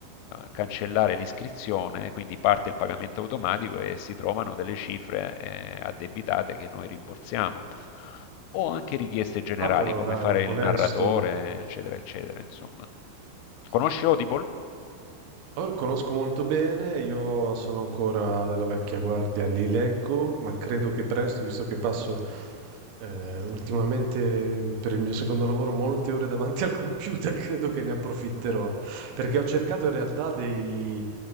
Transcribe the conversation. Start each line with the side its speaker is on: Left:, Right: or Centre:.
Left: cancellare l'iscrizione, quindi parte il pagamento automatico e si trovano delle cifre eh, addebitate che noi rimborsiamo. O anche richieste generali,
Right: Ah, però
Left: come
Right: dai,
Left: fare
Right: onesto.
Left: il narratore, eccetera, eccetera, insomma.
Right: Sì.
Left: Conosci Audible?
Right: Oh, conosco molto bene, io sono ancora della vecchia guardia, li leggo, ma credo che presto, visto che passo eh, ultimamente mh, per il mio secondo lavoro molte ore davanti al computer, <laughs> credo che ne approfitterò, perché ho cercato in realtà dei,